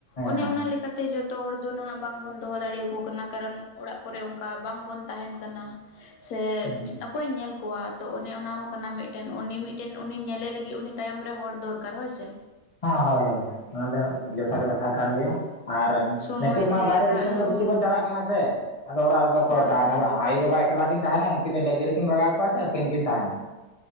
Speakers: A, on the left; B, on the left.
A: ᱚᱱᱮ
B: ᱦᱮᱸ
A: ᱚᱱᱟ ᱞᱮᱠᱟ ᱛᱮ ᱡᱚᱛᱚ ᱦᱚᱲ ᱫᱚ ᱱᱟᱦᱟᱜ ᱵᱟᱝᱵᱚᱱ ᱫᱚᱦᱚ ᱫᱟᱲᱤᱭᱣᱟᱠᱩ ᱠᱟᱱᱟ, ᱠᱟᱨᱚᱱ ᱚᱲᱟᱜ ᱠᱚᱨᱮ ᱚᱱᱠᱟ ᱵᱟᱝ ᱵᱚᱱ ᱛᱟᱦᱮᱱ ᱠᱟᱱᱟ᱾ ᱥᱮ,
B: ᱦᱩᱸ
A: ᱚᱠ ᱠᱚᱭ ᱧᱮᱞ ᱠᱚᱣᱟ ᱛᱚ ᱚᱱᱮ ᱚᱱᱟ ᱦᱚᱸ ᱠᱟᱱᱟ ᱢᱤᱫᱽᱴᱮᱱ, ᱩᱱᱤ ᱢᱤᱫᱽᱴᱮᱱ ᱩᱱᱤ ᱧᱮᱞᱮ ᱞᱟᱹᱜᱤᱫ ᱩᱱᱤ ᱛᱟᱭᱚᱢ ᱨᱮ ᱦᱚᱲ ᱫᱚᱨᱠᱟᱨ ᱦᱳᱭᱥᱮ,
B: ᱦᱟᱸ ᱦᱳᱭ ᱦᱳᱭ, ᱚᱱᱟ ᱫᱚ ᱡᱚᱛᱷᱟᱛ ᱠᱟᱛᱷᱟ ᱠᱟᱱ ᱜᱮᱭᱟ, ᱟᱨ
A: ᱥᱚᱢᱚᱭ
B: ᱱᱤᱛᱚᱜ ᱢᱟ
A: ᱨᱮ
B: ᱵᱟᱭᱨᱮ
A: ᱫᱟᱜ
B: ᱫᱤᱥᱚᱢ
A: ᱧᱩ
B: ᱜᱮ ᱵᱮᱥᱤ ᱵᱚᱱ ᱪᱟᱞᱟᱜ ᱠᱟᱱᱟ ᱥᱮ, ᱟᱫᱚ ᱚᱲᱟᱜ ᱨᱮᱫᱚ ᱚᱠᱚᱭ
A: ᱦᱳᱭ
B: ᱛᱟᱦᱮᱱᱟ ᱵᱟᱝ, ᱟᱭᱩ ᱵᱟᱵᱟ ᱮᱠᱞᱟ ᱠᱤᱱ ᱛᱟᱦᱮᱱᱟ ᱩᱱᱠᱤᱱ ᱫᱚ ᱰᱟᱹᱝᱨᱤ ᱠᱤᱱ ᱵᱟᱜᱟᱣ ᱠᱚᱣᱟ ᱥᱮ ᱟᱹᱠᱤᱱ ᱠᱤᱱ ᱛᱟᱦᱮᱱᱟ᱾